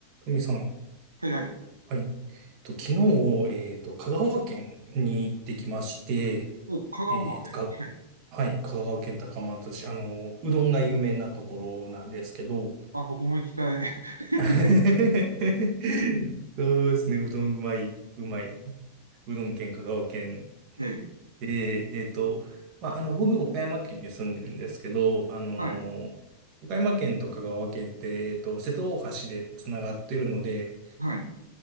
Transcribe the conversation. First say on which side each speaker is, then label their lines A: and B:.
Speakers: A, on the right; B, on the right.
A: 神さん、
B: はいはい。
A: はい。と、昨日、えっと、香川県に行ってきまして、
B: お、香川まで。
A: えっと、か、
B: はい。
A: はい、香川県高松市、あの、うどんが有名なところなんですけど、
B: あ、僕も行きたい。<laughs>
A: <laughs> そうですね、うどんうまい、うまい。うどん県、香川県
B: ええ。
A: で、えっと、まあ、あの、僕、岡山県に住んでるんですけど、あの、
B: はい。
A: 岡山県と香川県って、えっと、瀬戸大橋でつながってるので、
B: はい。